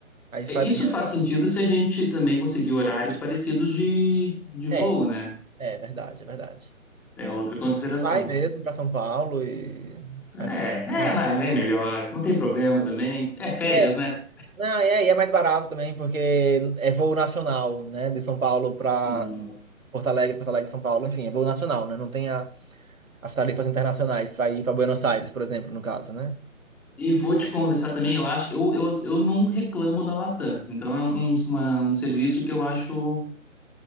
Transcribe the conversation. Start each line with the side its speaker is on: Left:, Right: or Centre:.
Right: Aí faria.
Centre: É, Isso faz sentido se a gente também conseguir horários parecidos de, de voo,
Right: É,
Centre: né?
Right: é verdade, é verdade.
Centre: É outra consideração.
Right: Vai mesmo para São Paulo e.
Centre: É,
Right: aí fica por
Centre: é,
Right: conta.
Centre: mas é melhor, não tem problema também. É férias,
Right: É,
Centre: né?
Right: não, é, e é mais barato também, porque é voo nacional, né? De São Paulo para
Centre: Sim.
Right: Porto Alegre, Porto Alegre, São Paulo, enfim, é voo nacional, né? Não tem a, as tarifas internacionais para ir para Buenos Aires, por exemplo, no caso, né?
Centre: E vou te conversar também, eu acho, eu, eu, eu não reclamo da Latam. Então é um, uma- um serviço que eu acho,